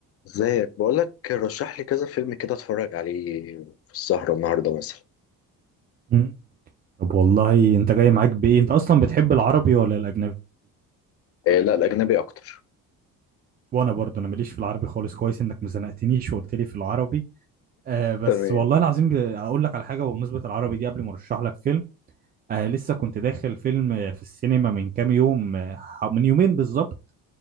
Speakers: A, on the left (about 45°); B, on the right (about 25°).
A: ازيك بقولك رشح لي كذا فيلم كده اتفرج عليه في السهرة النهاردة مثلا
B: مم. طب والله انت جاي معاك بايه انت اصلا بتحب العربي ولا الاجنبي
A: إيه لا الأجنبي أكتر
B: وانا برضه انا ماليش في العربي خالص كويس انك ما زنقتنيش وقلت لي في العربي آه بس
A: تمام
B: والله العظيم ب- اقول لك على حاجه بمناسبه العربي دي قبل ما ارشح لك فيلم آه لسه كنت داخل فيلم آه، في السينما من كام يوم آه ح- من يومين بالظبط